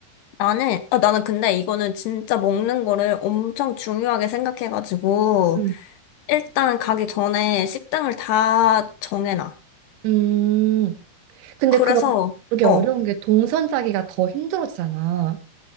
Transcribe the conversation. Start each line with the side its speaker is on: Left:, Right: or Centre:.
Left: 나는, 어, 나는 근데 이거는 진짜 먹는 거를 엄청 중요하게 생각해가지고,
Right: 음.
Left: 일단 가기 전에 식당을 다 정해놔.
Right: 음, 근데
Left: 그래서,
Right: 그럼 그게
Left: 어.
Right: 어려운 게 동선 짜기가 더 힘들어지잖아.